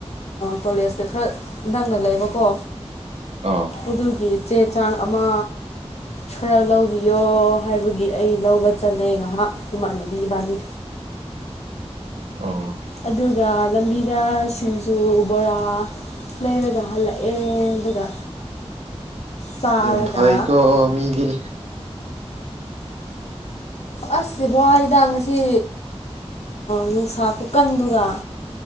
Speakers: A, on the left; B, on the right.
A: ꯀꯣꯂꯦꯖꯇ ꯈꯔ ꯅꯛꯅ ꯂꯩꯕꯀꯣ
B: ꯑꯣ
A: ꯑꯗꯨꯒꯤ ꯆꯦ ꯆꯥꯡ ꯑꯃ ꯈꯔ ꯂꯧꯕꯤꯌꯣ ꯍꯥꯏꯕꯒꯤ ꯑꯩ ꯂꯧꯕ ꯆꯠꯂꯦ ꯉꯥꯏꯍꯥꯛ ꯏꯃꯥꯟꯅꯕꯤ ꯏꯕꯥꯅꯤ
B: ꯑꯣ
A: ꯑꯗꯨꯒ ꯂꯝꯕꯤꯗ ꯁꯤꯡꯖꯨ ꯕꯣꯔꯥ ꯂꯩꯔꯒ ꯍꯜꯂꯛꯑꯦ ꯑꯗꯨꯒ ꯆꯥꯔꯒ
B: ꯝ ꯐꯩꯀꯣ ꯃꯤꯗꯤ
A: ꯑꯁꯁ ꯕꯣꯕꯥꯏꯗ ꯉꯁꯤ ꯅꯨꯡꯁꯥ ꯀꯨꯀꯟꯗꯨꯒ